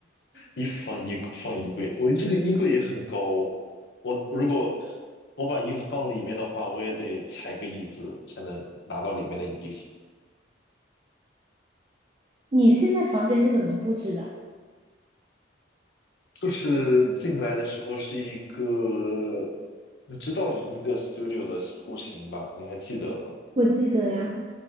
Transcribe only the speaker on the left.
衣服放衣放衣柜，我这个衣柜也很高。我如果我把衣服放里面的话，我也得踩个椅子才能拿到里面的衣服。
就是进来的时候是一个，你知道一个 studio 的户型吧？你还记得吗？